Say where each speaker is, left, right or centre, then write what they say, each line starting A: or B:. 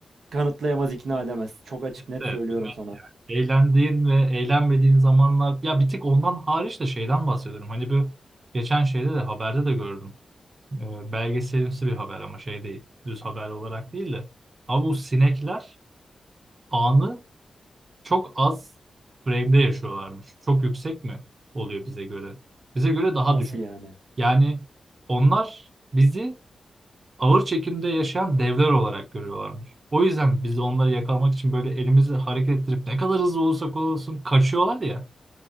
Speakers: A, on the right; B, on the right.
A: kanıtlayamaz, ikna edemez. Çok açık
B: Evet,
A: net söylüyorum
B: bunlar
A: sana.
B: yani eğlendiğin ve eğlenmediğin zamanlar ya bir tek ondan hariç de şeyden bahsediyorum. Hani bu geçen şeyde de haberde de gördüm. Ee, belgeselimsi bir haber ama şey değil. Düz haber olarak değil de. Abi bu sinekler anı çok az frame'de yaşıyorlarmış. Çok yüksek mi oluyor bize göre? Bize göre daha
A: Nasıl
B: düşük.
A: yani?
B: Yani onlar bizi ağır çekimde yaşayan devler olarak görüyorlarmış. O yüzden biz de onları yakalamak için böyle elimizi hareket ettirip ne kadar hızlı olursak olsun kaçıyorlar ya.